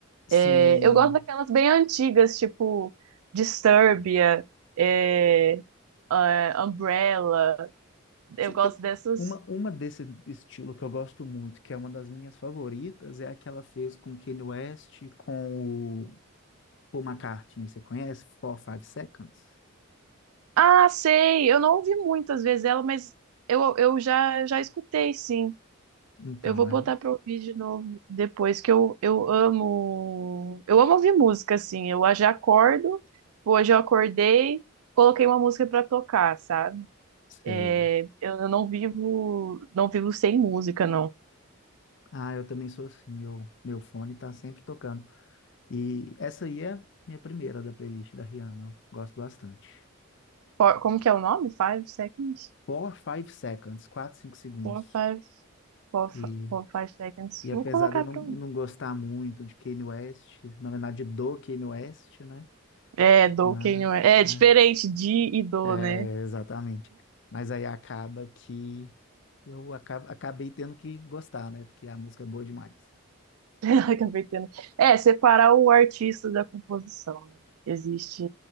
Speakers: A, on the left (about 55°); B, on the right (about 80°).
A: sim.
B: É, eu gosto daquelas bem antigas, tipo Disturbia, é, ah, Umbrella. Eu
A: Você
B: gosto
A: tem-
B: dessas.
A: Uma, uma desse estilo que eu gosto muito, que é uma das minhas favoritas, é a que ela fez com Kanye West, com o Paul McCartney. Você conhece? Four, Five Seconds?
B: Ah, sei! Eu não ouvi muitas vezes ela, mas eu, eu já, já escutei, sim.
A: Então,
B: Eu vou botar
A: é,
B: pra ouvir de novo depois, que eu, eu amo. Eu amo ouvir música, assim. Eu já acordo, tipo, hoje eu acordei, coloquei uma música pra tocar, sabe?
A: sei.
B: É, eu, eu não vivo, não vivo sem música, não.
A: Ah, eu também sou assim, eu, meu fone tá sempre tocando. E essa aí é minha primeira da playlist da Rihanna. Eu gosto bastante.
B: Four- como que é o nome? Five seconds?
A: Four, Five Seconds, 4 5 segundos.
B: Four, five, four, fi-
A: E,
B: four, five seconds.
A: e
B: Vou
A: apesar
B: colocar
A: de eu não,
B: pra.
A: não
B: um.
A: gostar muito de Kanye West, na verdade do Kanye West, né?
B: É, do
A: Mas,
B: quem não é.
A: ah,
B: É diferente de e do,
A: é,
B: né?
A: exatamente. Mas aí acaba que eu acabo, acabei tendo que gostar, né? Porque a música é boa demais.
B: <laughs> Acabei tendo. É, separar o artista da composição, né? Existe,